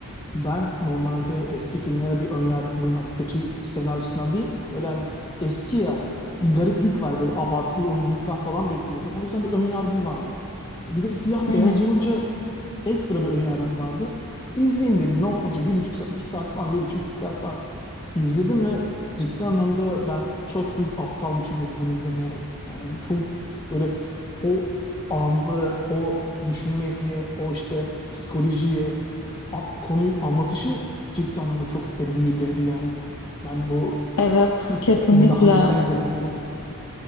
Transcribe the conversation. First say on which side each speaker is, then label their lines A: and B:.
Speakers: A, on the left; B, on the left.
A: Ben normalde eski filmlere bir ön yargım var. Kötü senaryosundan değil. Böyle hani eski ya bir gariplik var. Böyle abartılı oyunculuklar falan bekliyorum. O yüzden bir ön yargım vardı. Bir de siyah
B: Hı hı.
A: beyaz olunca Ekstra bir ön yargım vardı. İzleyeyim dedim ne olacak bir buçuk saat, iki saat falan bir buçuk iki saat falan. izledim ve ciddi anlamda ben çok büyük aptalmışım dedim bunu izlemeyerek. Yani bu çok böyle o anları, o düşünmeyi, o işte psikolojiyi, a- konuyu anlatışı ciddi anlamda çok beni büyüledi yani. Ben bu
B: Evet
A: <laughs>
B: kesinlikle.
A: Filmi daha önce neden izlemedim dedim.